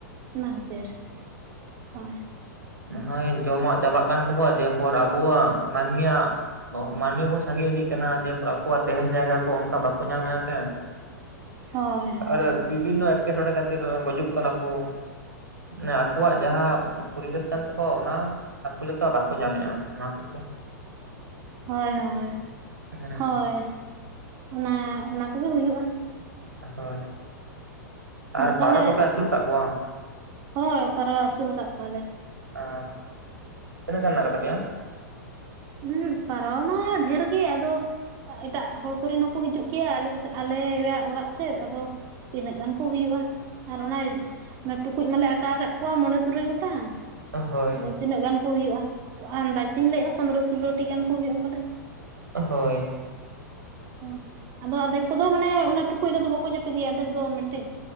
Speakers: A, on the right; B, on the right.
A: ᱚᱱᱟ ᱠᱷᱟᱹᱛᱤᱨᱼᱼ ᱦᱳᱭ
B: ᱦᱳᱭ ᱡᱚᱢᱟᱜ ᱪᱟᱵᱟᱜ ᱠᱟᱱ ᱛᱟᱠᱚᱣᱟ ᱫᱤᱭᱮ ᱯᱚᱨ ᱟᱵᱚᱣᱟᱜ ᱢᱟᱹᱱᱢᱤᱭᱟᱜᱼᱼ ᱚ ᱢᱟᱹᱱᱢᱤ ᱵᱚᱱ ᱥᱟᱸᱜᱮ ᱤᱫᱤᱜ ᱠᱟᱱᱟ ᱫᱤᱭᱮ ᱯᱚᱨ ᱟᱠᱚᱣᱟᱜ ᱛᱟᱦᱮᱱ ᱡᱟᱭᱜᱟ ᱠᱚ ᱚᱱᱠᱟ ᱵᱟᱠᱚ ᱧᱟᱢᱮᱫᱼᱟ ᱥᱮ
A: ᱦᱳᱭ ᱦᱳᱭ
B: ᱟᱨ <unintelligible> ᱵᱤᱵᱷᱤᱱᱱᱚ ᱮᱴᱠᱮᱴᱚᱬᱮ ᱠᱷᱟᱹᱛᱤᱨ ᱜᱩᱡᱩᱜ ᱠᱟᱱᱟ ᱠᱚ ᱢᱟᱱᱮ ᱟᱠᱚᱣᱟᱜ ᱡᱟᱦᱟᱸ ᱯᱚᱨᱤᱵᱮᱥᱼᱼ ᱠᱟᱱ ᱛᱟᱠᱚᱣᱟ ᱚᱱᱟ ᱟᱠᱚ ᱞᱮᱠᱟ ᱵᱟᱠᱚ ᱧᱟᱢᱮᱫᱼᱟ ᱚᱱᱟ ᱦᱚᱛᱮᱡ ᱛᱮᱼᱼ
A: ᱦᱚᱭ ᱦᱚᱭ ᱦᱳᱭ
B: ᱦᱮᱸ
A: ᱦᱳᱭ ᱚᱱᱟ ᱚᱱᱟ ᱠᱚᱜᱮ ᱦᱩᱭᱩᱜᱼᱟ
B: ᱦᱳᱭ
A: ᱛᱟᱦᱚᱞᱮ
B: ᱟᱨ ᱯᱟᱣᱨᱟ ᱠᱚᱯᱮ ᱟᱹᱥᱩᱞ ᱠᱟᱜ ᱠᱚᱣᱟ
A: ᱦᱳᱭ ᱯᱟᱣᱨᱟ ᱟᱹᱥᱩᱞ ᱟᱠᱟᱫ ᱠᱚᱣᱟᱞᱮ
B: ᱚ ᱛᱤᱱᱟᱹᱜ ᱜᱟᱱ ᱢᱮᱱᱟᱜ ᱠᱚ ᱛᱟᱯᱮᱭᱟ
A: ᱦᱩᱸ ᱯᱟᱨᱣᱟ ᱢᱟ ᱰᱷᱮᱨ ᱜᱮ ᱟᱫᱚᱼᱼ ᱮᱴᱟᱜ ᱦᱚᱲ ᱠᱚᱨᱮᱱ ᱦᱚᱸ ᱠᱚ ᱦᱤᱡᱩᱜ ᱜᱮᱭᱟ ᱟᱞᱮ ᱟᱞᱮᱭᱟᱜ ᱚᱲᱟᱜ ᱥᱮᱫ ᱟᱫᱚᱼᱼ ᱛᱤᱱᱟᱹᱜ ᱜᱟᱱ ᱠᱚ ᱦᱩᱭᱩᱜᱼᱟ ᱟᱨ ᱚᱱᱟᱼᱼ ᱚᱱᱟ ᱴᱩᱠᱩᱡ ᱢᱟᱞᱮ ᱟᱠᱟ ᱟᱠᱟᱫ ᱠᱚᱣᱟ ᱢᱚᱬᱮ ᱛᱩᱨᱩᱭ ᱜᱚᱴᱟᱝ
B: ᱚ ᱦᱳᱭ
A: ᱟᱫᱚ ᱛᱤᱱᱟᱹᱜ ᱜᱟᱱ ᱠᱚ ᱦᱩᱭᱩᱜᱼᱟ ᱟᱱᱫᱟᱡᱽ ᱛᱤᱧ ᱞᱟᱹᱭᱮᱫᱼᱟ ᱯᱚᱱᱨᱚ ᱥᱳᱞᱞᱳ ᱴᱤ ᱜᱟᱱ ᱠᱚ ᱦᱩᱭᱩᱜᱼᱟ ᱯᱟᱞᱮᱫ
B: ᱦᱳᱭ
A: ᱦᱳᱭ ᱟᱫᱚ ᱟᱫᱷᱮᱠ ᱠᱚᱫᱚ ᱢᱟᱱᱮ ᱚᱱᱟ ᱴᱩᱠᱩᱡ ᱨᱮᱫᱚ ᱵᱟᱠᱚ ᱡᱟᱹᱯᱤᱫ ᱜᱮᱭᱟ ᱟᱫᱮᱠ ᱫᱚ ᱢᱤᱫᱴᱤᱡ